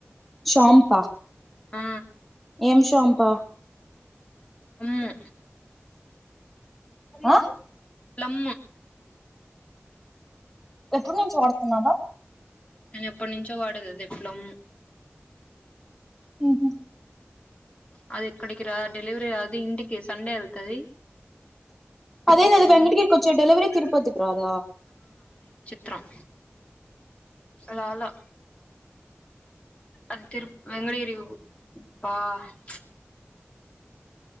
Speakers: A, in the centre; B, on the left.
A: చాంపా
B: ఆ
A: ఏం చంపా
B: అమ్ము
A: ఆ
B: ప్లం
A: ఎప్పుడు నుంచి వాడుతున్నావా
B: నేను ఎప్పటి నుంచో వాడేది అదే ప్లం అది
A: ఉహు
B: అది ఇక్కడికి రా డెలివరీ రాదు ఇంటికి సండే వెళ్తది
A: అదేంది అది
B: సో
A: వెంకటగిరి కొచ్చే డెలివరి తరుపతి కి రాధ
B: త్రం రాలే అది తిరుప్ వెంగటగిరి అబ్బా ఉచు